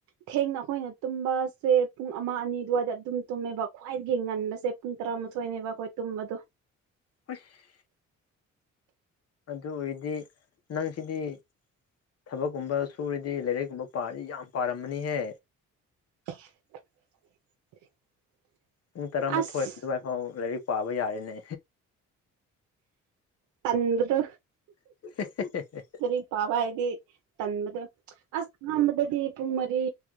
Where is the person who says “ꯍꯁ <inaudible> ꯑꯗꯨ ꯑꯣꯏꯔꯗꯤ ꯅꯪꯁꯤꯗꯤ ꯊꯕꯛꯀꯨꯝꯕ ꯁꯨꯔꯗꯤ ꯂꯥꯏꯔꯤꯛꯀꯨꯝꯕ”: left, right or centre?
Left